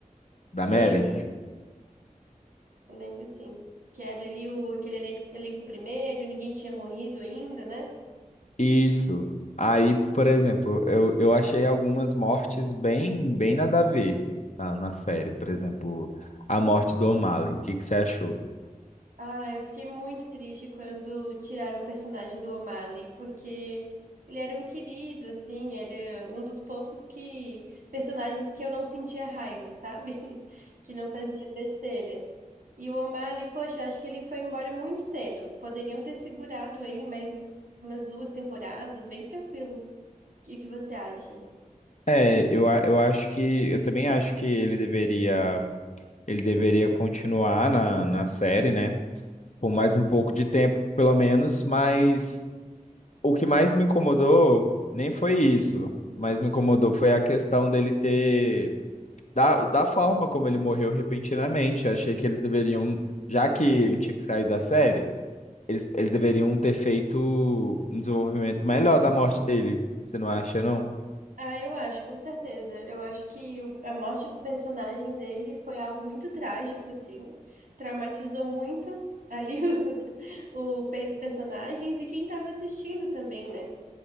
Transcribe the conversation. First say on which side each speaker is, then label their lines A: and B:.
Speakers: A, on the left; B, on the right.
A: da
B: Lembro,
A: Meredith?
B: eu lembro sim. Que era ali o, aquele elenco, elenco primeiro, ninguém tinha morrido ainda, né?
A: Isso. Aí, por exemplo, eu, eu achei algumas mortes bem, bem nada a ver na, na série. Por exemplo, a morte do O'Malley. O que que você achou?
B: Ah, eu fiquei muito triste quando tiraram o personagem do O'Malley, porque ele era um querido, assim, era um dos poucos que personagens que eu não sentia raiva, sabe? <laughs> Que não fazia besteira. E o O'Malley, poxa, eu acho que ele foi embora muito cedo. Poderiam ter segurado ele mais umas duas temporadas, bem tranquilo. O que que você acha?
A: É, eu, a- eu acho que eu também acho que ele deveria ele deveria continuar na, na série, né? Por mais um pouco de tempo, pelo menos, mas o que mais me incomodou nem foi isso, mas me incomodou foi a questão dele ter da, da forma como ele morreu repentinamente. Eu achei que eles deveriam, já que ele tinha que sair da série, eles, eles deveriam ter feito um desenvolvimento melhor da morte dele. Você não acha, não?
B: Ah, eu acho, com certeza. Eu acho que o- a morte do personagem dele foi algo muito trágico, assim. Traumatizou muito ali <laughs> o, o pe- os personagens e quem estava assistindo também, né?